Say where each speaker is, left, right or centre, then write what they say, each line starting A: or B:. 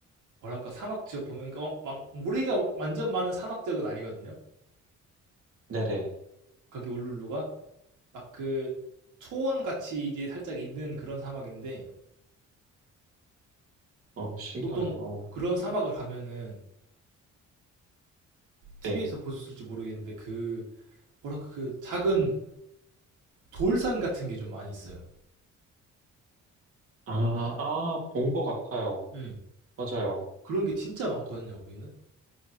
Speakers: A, on the right; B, on the right.
A: 뭐랄까 사막 지역 보면 그러니까 어, 막 모래가 막 완전 많은 사막 지역은 아니거든요.
B: 네네.
A: 거기 울룰루가 막 그 초원 같이 이제 살짝 있는 그런 사막인데
B: 어, 신기하네요.
A: 보통 그런 사막을 가면은 TV에서
B: 네.
A: 보셨을지 모르겠는데 그 뭐랄까 그 작은 돌산 같은 게 좀 많이 있어요.
B: 아, 아, 본 것 같아요.
A: 네.
B: 맞아요.
A: 그런 게 진짜 많거든요, 거기는.